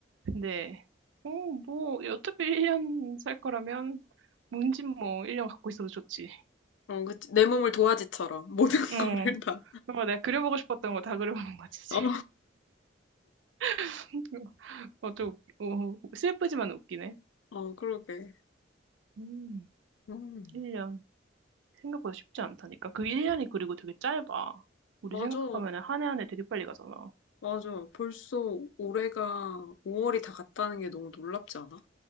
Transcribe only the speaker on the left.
어, 그치. 내 몸을 도화지처럼 모든 <laughs>
거를 다.
어,
어, 그러게.
음,
맞아.
맞아. 벌써 올해가 5월이 다 갔다는 게 너무 놀랍지 않아?